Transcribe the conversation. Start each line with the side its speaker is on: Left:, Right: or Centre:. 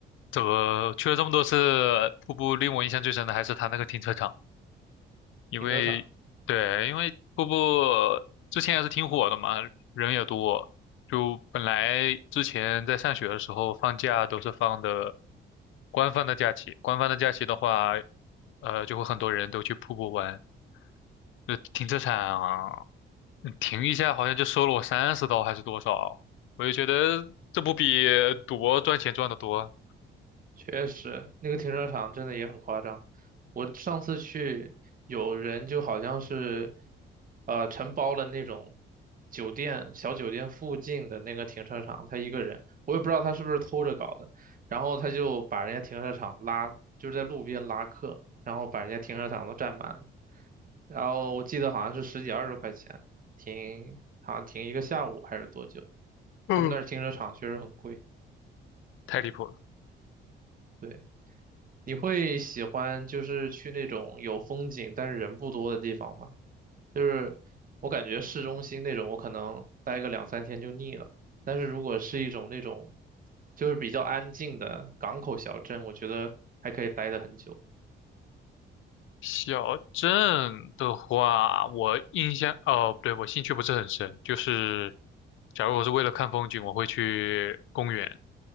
Left: 怎么去了这么多次瀑布，令我印象最深的还是它那个停车场，因为对，
Right: 停车场。
Left: 因为瀑布之前也是挺火的嘛，人也多。就本来之前在上学的时候放假都是放的官方的假期，官方的假期的话，呃，就会很多人都去瀑布玩，就停车场啊嗯停一下好像就收了我三十刀还是多少，我就觉得这不比赌博赚钱赚得多，
Right: 确实，那个停车场真的也很夸张。我上次去，有人就好像是，呃，承包了那种酒店小酒店附近的那个停车场，他一个人，我也不知道他是不是偷着搞的。然后他就把人家停车场拉，就是在路边拉客，然后把人家停车场都占满了。然后我记得好像是十几二十块钱停，好像停一个下午还是多久？
Left: 嗯，
Right: 他们那儿停车场确实很贵。
Left: 太离谱了。
Right: 对。你会喜欢就是去那种有风景但是人不多的地方吗？就是我感觉市中心那种，我可能待个两三天就腻了。但是如果是一种那种就是比较安静的港口小镇，我觉得还可以待得很久。
Left: 小镇的话，我印象，哦，不对，我兴趣不是很深，就是假如我是为了看风景，我会去公园，